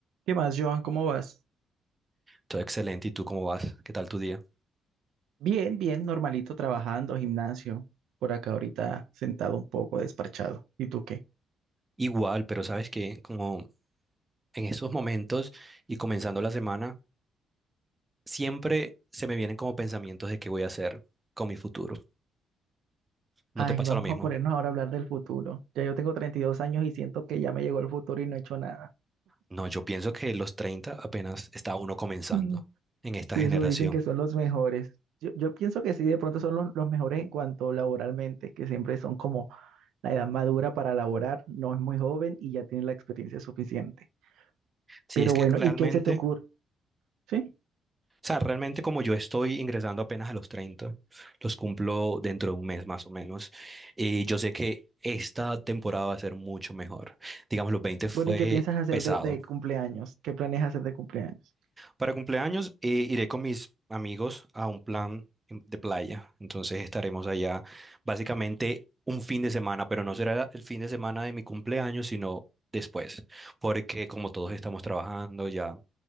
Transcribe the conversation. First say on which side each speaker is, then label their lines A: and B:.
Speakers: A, on the right; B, on the right.
A: ¿Qué más, Joan? ¿Cómo vas?
B: Todo excelente. ¿Y tú cómo vas? ¿Qué tal tu día?
A: Bien, bien, normalito, trabajando, gimnasio, por acá ahorita sentado un poco, desparchado. ¿Y tú qué?
B: Igual, pero sabes que como en esos momentos y comenzando la semana, siempre se me vienen como pensamientos de qué voy a hacer con mi futuro. ¿No
A: Ay,
B: te pasa
A: vamos
B: lo mismo?
A: a ponernos ahora a hablar del futuro. Ya yo tengo 32 años y siento que ya me llegó el futuro y no he hecho nada.
B: No, yo pienso que los 30 apenas está uno comenzando
A: Ujú.
B: en esta
A: Sí,
B: generación.
A: eso dicen que son los mejores. Yo, yo pienso que sí, de pronto son los, los mejores en cuanto laboralmente, que siempre son como la edad madura para laborar, no es muy joven y ya tiene la experiencia suficiente.
B: Si
A: Pero
B: es que
A: bueno,
B: realmente,
A: ¿y qué se te ocurre? ¿Sí?
B: o sea, realmente como yo estoy ingresando apenas a los 30, los cumplo dentro de un mes más o menos, eh, yo sé que esta temporada va a ser mucho mejor. Digamos, los 20 fue
A: Bueno, ¿y qué piensas hacer
B: pesado
A: de, de cumpleaños? ¿Qué planeas hacer de cumpleaños?
B: Para cumpleaños eh, iré con mis amigos a un plan en- de playa. Entonces estaremos allá básicamente un fin de semana, pero no será el fin de semana de mi cumpleaños, sino después, porque como todos estamos trabajando, ya